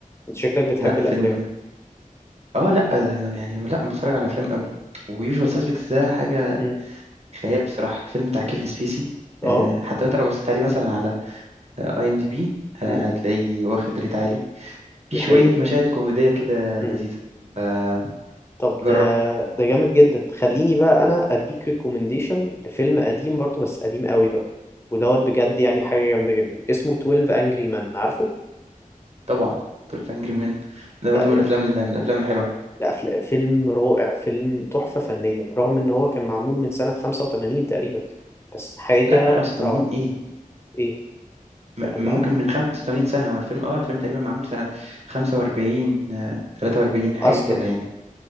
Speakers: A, on the left; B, on the right.
A: انت شكلك بتحب
B: لا
A: الافلام
B: فيلم اه لا آه، يعني لا أنا بتفرج على افلام قوي ويوجوال سسبكتس ده حاجه
A: مم.
B: خيال بصراحه فيلم بتاع كيفن سبيسي
A: اه
B: آه، حتى انت لو بصيت عليه مثلا على اي ام دي بي آه،
A: مم.
B: هتلاقيه واخد ريت عالي
A: دي
B: في شويه
A: حقيقه
B: مشاهد كوميديه كده
A: مم.
B: لذيذه آه،
A: طب ده
B: جربه
A: ده جامد جدا خليني بقى انا اديك ريكومنديشن لفيلم قديم برضو بس قديم قوي بقى ودوت بجد يعني حاجه جامده جدا اسمه 12 انجري مان عارفه
B: طبعا 12 انجري مان ده
A: ده
B: برضو من
A: يعني
B: الافلام من الافلام الحلوه
A: ده أفل- فيلم رائع فيلم تحفه فنيه رغم ان هو كان معمول من سنه 85 تقريبا بس حاجه
B: لا 85
A: روعه
B: ايه
A: ايه
B: م-
A: كان قبلها
B: ممكن من 85 سنة هو الفيلم اه الفيلم تقريبا معمول سنة 45 آه، 43 حاجة
A: اصلا
B: كده يعني